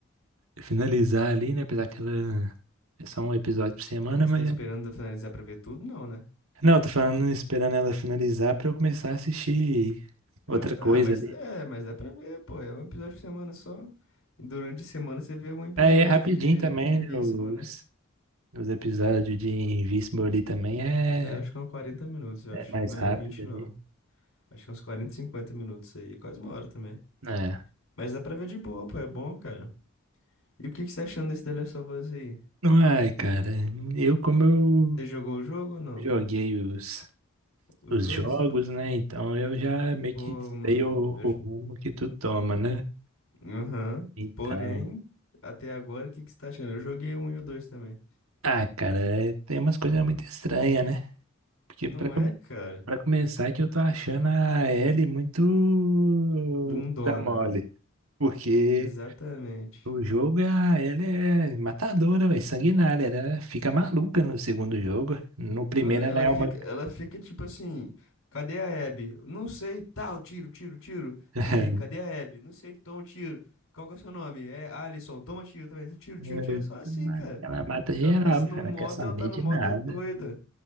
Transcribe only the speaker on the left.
Mas
tá esperando finalizar pra ver tudo? Não, né?
Ah, tá,
mas
é,
mas é pra ver, pô. É um episódio por semana só. E durante a semana você vê um episódio
de,
de Invincible,
né?
É, acho que é uns 40 minutos, eu
acho.
Mas
não é 20
não. Acho que é uns 40, 50 minutos aí. é Quase uma hora também.
Mas dá pra ver de boa, pô. É bom, cara. E o que que você tá achando desse The Last of Us aí?
Você jogou o jogo ou não?
Os
dois?
Pô,
mano.
eu
j-
Aham.
Porém, até agora, o que que você tá achando? Eu joguei um e o dois também.
Não
é, cara?
Bundona.
Exatamente.
Ah, Ela
fica,
ela fica tipo assim, cadê a Abby? Não sei, tal, tiro, tiro, tiro.
E aí, cadê a Abby? Não sei, toma um tiro. Qual que é o seu nome? É Alisson, toma um tiro também. Tiro,
tiro, tiro.
É só assim, cara.
Ela tá assim, no
modo,
ela tá no
modo
doida.